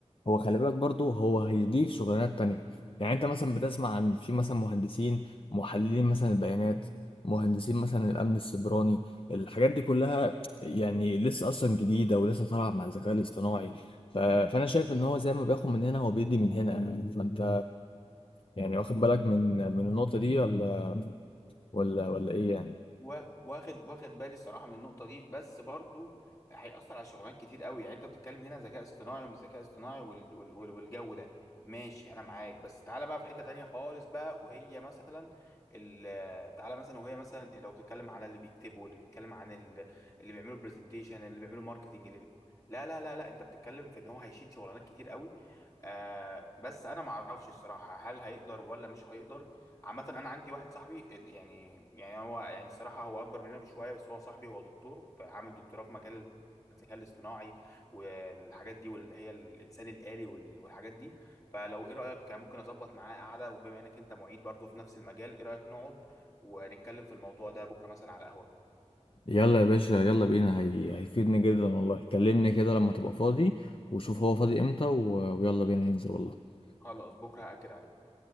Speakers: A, on the left; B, on the left.
A: هو خلي بالك برضه هو هيضيف شغلانات تانية يعني انت مثلا بتسمع عن في مثلا مهندسين محللين مثلا البيانات مهندسين مثلا الامن السيبراني الحاجات دي كلها يعني لسه اصلا جديده ولسه طالعه مع الذكاء الاصطناعي ف... فانا شايف ان هو زي ما بياخد من هنا هو بيدي من هنا يعني. فانت يعني واخد بالك من من النقطه دي ولا ولا ولا ايه يعني
B: و- واخد واخد بالي الصراحه من النقطه دي بس برضو هيأثر على شغلانات كتير قوي يعني انت بتتكلم هنا ذكاء اصطناعي ومش ذكاء اصطناعي وال وال وال والجو ده ماشي انا معاك بس تعالى بقى في حته تانية خالص بقى وهي مثلا ال- تعالى مثلا وهي مثلا لو بتتكلم على اللي بيكتبوا اللي بيتكلم عن ال- اللي بيعملوا برزنتيشن اللي بيعملوا ماركتنج اللي لا لا لا لا انت بتتكلم في ان هو هيشيل شغلانات كتير قوي آه بس انا ما اعرفش الصراحه هل هيقدر ولا مش هيقدر عامة أنا عندي واحد صاحبي يعني يعني هو يعني الصراحة هو أكبر مننا بشوية بس هو صاحبي هو دكتور فعامل دكتوراه في مجال الذكاء الاصطناعي والحاجات دي واللي هي الإنسان الآلي وال- والحاجات دي فلو إيه رأيك ممكن أظبط معاه قعدة وبما إنك أنت معيد برضه في نفس المجال إيه رأيك نقعد ونتكلم في الموضوع ده بكرة مثلا على القهوة
A: يلا يا باشا يلا بينا هي... هيفيدني جدا والله كلمني كده لما تبقى فاضي وشوف هو فاضي امتى و... ويلا بينا ننزل والله
B: خلاص بكرة هأكد عليك